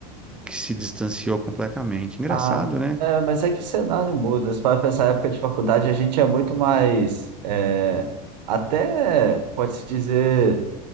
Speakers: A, in the centre; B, on the right.
A: que se distanciou completamente. Engraçado,
B: Ah,
A: né?
B: é, mas é que o cenário muda. Se para pensar na época de faculdade, a gente é muito mais, é, até, pode-se dizer.